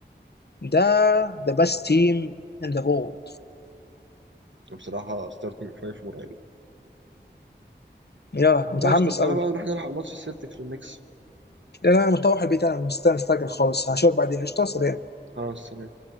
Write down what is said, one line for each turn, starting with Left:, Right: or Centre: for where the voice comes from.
Left: ده ذا بيست تيم ان ذا وورلد
Right: بصراحة ستارتنج فايف مرعب
Left: يا متحمس
Right: ماشي طب تعالى
Left: قوي
Right: بقى نروح نلحق ماتش السلتكس والنكس
Left: لان انا مطوح البيت انا مستني مستعجل خالص هشوفك بعدين قشطه سلام
Right: خلاص سلام